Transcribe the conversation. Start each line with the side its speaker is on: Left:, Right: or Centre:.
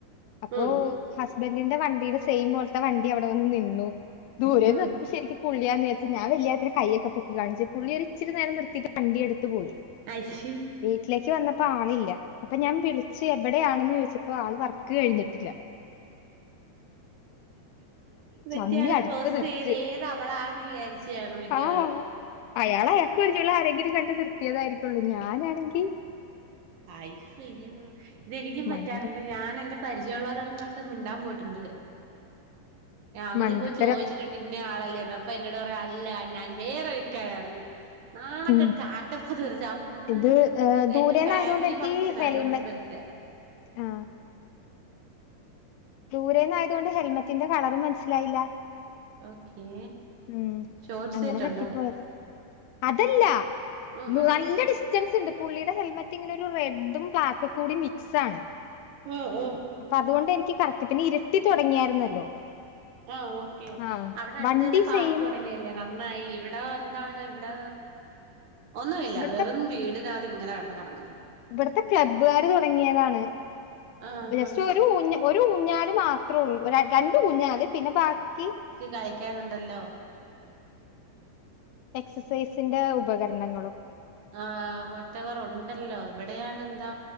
Left: അപ്പോ
Right: ഉം
Left: ഹസ്ബൻ്റിന്റെ വണ്ടിയുടെ സെയിം പോലത്തെ വണ്ടി അവിടെ വന്ന് നിന്നു ദൂരെന്നൊക്കെ
Right: ഉം
Left: ശരിക്കും പുള്ളിയാന്ന് വെച്ചാ ഞാൻ വല്യക്കാരത്തിനു കയൊക്കെ പൊക്കി കാണിച്ച് പുള്ളിയ ഒരുരിരിര നിർത്തിട്ട് വണ്ടി എടുത്ത് പോയി
Right: അയിഷേ
Left: വീട്ടിലേക്ക് വന്നപ്പോ ആളില്ല അപ്പൊ ഞാൻ വിളിച്ച് എവിടെയാണന്ന് ചോദിച്ചപ്പോ ആൾ വർക്ക് കഴിഞ്ഞിട്ടില്ല
Right: മറ്റയാള്
Left: ചമ്മി അടുത്ത്
Right: പ്രോസസ്സ്
Left: നിർത്ത്
Right: ചെയ്ത് ഏത് അവളാണെന്ന് വിചാരിച്ചതാണ് മിക്കവരും
Left: ആ അയാൾ അയാൾക്ക് പരിച്ചോളൂ ആരെങ്കിലും കണ്ട് നിർത്തിയതായിരിക്കുള്ളൂ ഞാനാണെങ്കിൽ
Right: ആയി അയ്യയോ ഇതെനിക്കും പറ്റാറുണ്ട്
Left: മണ്ടത്തരം
Right: ഞാൻ എറെ പരിചയമുള്ളരറങ്ങണ്ട് മിണ്ടാൻ പോയിട്ടുണ്ട് അങ്ങനെ
Left: മണ്ടത്തരം
Right: പോയി ചോദിച്ചിട്ട്ണ്ട് ഇന്നെ ആളല്ലന്ന് അപ്പൊ എന്നോട്ട പറയ അല്ല ഞാൻ വേറെൊക്കന്ന് നാണംകേട്ട്
Left: ഉം
Right: ആട്ടപ്പ് തെറിച്ച് അന്ന്
Left: ഇത് ഏഹ് ദൂരേന്നായതുകൊണ്ട്
Right: എന്റെ ഫാമിലി
Left: എനിക്ക്
Right: ഫംഗ്ഷൻ
Left: ഹെൽമെറ്റ്
Right: ആയിരുന്നു ഹസ്ബൻഡിന്റെ
Left: ആഹ്
Right: ആഹ്
Left: ദൂരെ നിന്ന ആയതുകൊണ്ട് ഹെൽമെറ്റിന്റെ കളറും മനസ്സിലായില്ല
Right: ഓക്കേ
Left: ഉം
Right: ഷോർട്ട്
Left: അങ്ങനെ
Right: സെറ്റ്
Left: പറ്റിപ്പോയതാ
Right: ഉണ്ടോ
Left: അതല്ല
Right: ഉം ഉം
Left: നല്ല ഡിസ് ൻസ് ഉണ്ട് പുള്ളിയുടെ ഹെൽമെറ്റ് ഇങ്ങനെ ഒരു റെഡും ബ്ലാക്കും കൂടി മിക്സ് ആണ്
Right: ആഹ് ആഹ്
Left: അപ്പൊ അതുകൊണ്ട് എനിക്ക് കറക്റ്റ പിന്നെ ഇരിട്ടി തുടങ്ങിയായിരുന്നല്ലോ
Right: ആഹ് ഓക്കെ
Left: ആഹ്
Right: അവിടെ അടുത്ത്
Left: വണ്ടി
Right: തന്നെ പാർക്ക്
Left: സെയിം
Right: തുടങ്ങിയ നന്നായി ഇവിടെ എന്താണ് ഇവിടെ ഒന്നുമില്ല
Left: ഇവിടുത്തെ
Right: വെറും വീട് ഇതിനകത്ത് ഇങ്ങനെ കിടന്ന് കറങ്ങുന്നു
Left: ഇവിടത്തെ ക്ലബ്ബുകാർ തുടങ്ങിയതാണ്
Right: ആഹാ
Left: ജസ്റ്റ് ഒരു ഊഞ്ഞ ഒരു ഊഞ്ഞാല് മാത്ര ഇത്ര ഉള്ളൂ രണ്ട് ഊഞ്ഞാൽ അതെ പിന്നെ ബാക്കി
Right: കളിക്കാറുണ്ടല്ലോ
Left: എക്സർസൈസിന്റെ ഉപകരണങ്ങളും
Right: ആഹ് വട്ടവർ ഉണ്ടല്ലോ എവിടെയണെന്താ